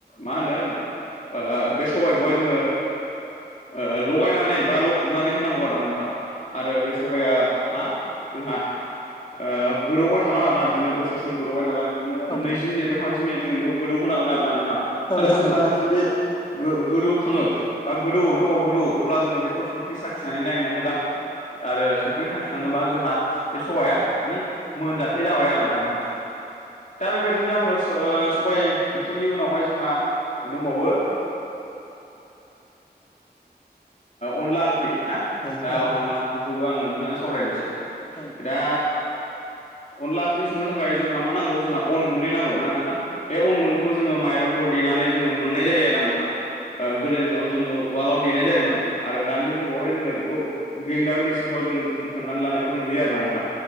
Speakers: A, on the left (about 45°); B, on the left (about 30°).
A: मा होनो ओ बे सबायखौहाय जोङो ओ लगायनानै बा ल' हमनानै होनांगौ आरो नोंथां आरो बे सबाइया मा जोंहा ओ गोदौबाय थागोन आरोना बिदिनो दसे सम गोदौबाय थागोन बिदिनो
B: नोंथां औ
A: नैजि मिनिट बा थामजि मिनिट जोङो बेखौ गोदौहोनो नांगोन आरोना नोंथां
B: औ नोंथां
A: आरो जेब्लानाखि
B: औ
A: बे गो-गोदौखांङो बा गोदौवो गोबाव गोदौवो अब्ला जोङो बेखौ संख्रि साखिनानै नायनाया मोजां आरो संख्रि साखिखाङोबा जोंहा बे सबाया मानि मोनजासे जाबाय आरोना नोंथां दा बेबायदिनो आङो सबाय ओंख्रिनि उनावहाय जोंहा दंबावो ओ अनला ओंख्रि ना
B: ए
A: दा
B: ए औ
A: अनला
B: नोंथां औ नोंथां औ नोंथां नोंथां
A: ओंख्रिखौबो
B: औ
A: आङो नोंथांजों सावरायनोसै
B: औ नोंथां औ नोंथां औ नोंथां औ नोंथां औ नोंथां औ नोंथां औ
A: दा अनला ओंख्रि संनो थाखाय जोंहा मा नांगौ जोंहा अन गुन्दै नांगौ ना नोंथां बे अन गुन्दैखौ जों माइरंखौ देनानै जोंङो मोननाय जायो आरो नोंथा गोदोनि जोङो उवालाव देनाय जायोमोन आरो दानि जुगावहाय जोङो बेखौ ग्रिनडार मेसिनफ्राव जों होख्रेमनानै लानायखौ नुयो आरोना नोंथा